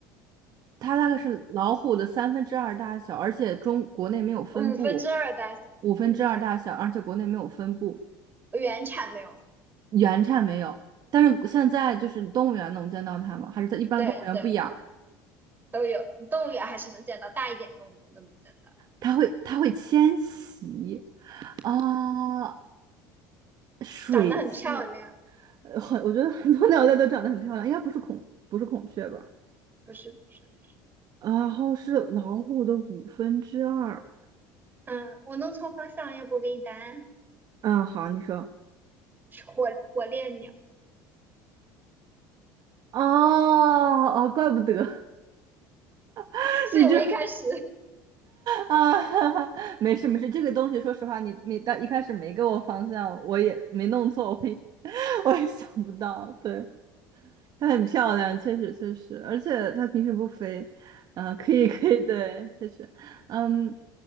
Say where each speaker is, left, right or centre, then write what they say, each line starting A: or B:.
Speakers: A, on the right (about 50°); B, on the right (about 20°).
A: 它大概是老虎的三分之二大小，而且中国内没有分布，
B: 五分之二大小，
A: 五分之二大小，
B: 五分之二，
A: 而且国内没有分布，
B: 原产没有，
A: 原产没有。但是现在就是动物园能见到它吗？还是它一般动物园不养？
B: 对对，都有，动物园还是能见到，大一点动物园都能见到，
A: 它会它会迁徙。啊水栖，
B: 长得很漂亮，
A: 呃，很，我觉得很多鸟类都长得很漂亮，应该不是孔，不是孔雀吧？
B: 不是不是不是，
A: 然后是老虎的五分之二。
B: 嗯，我弄错方向了，要不我给你答案，
A: 嗯，好啊，你说。
B: 是火火烈鸟，
A: 哦哦，怪不得 <laughs>
B: 所以我一开始，
A: 你这啊，<laughs> 没事没事，这个东西说实话，你你到一开始没给我方向，我也没弄错，我也 <laughs> 我也想不到。对，它很漂亮，确实确实，而且它平时不飞，嗯、可以可以，
B: 嗯
A: 对，确实，嗯，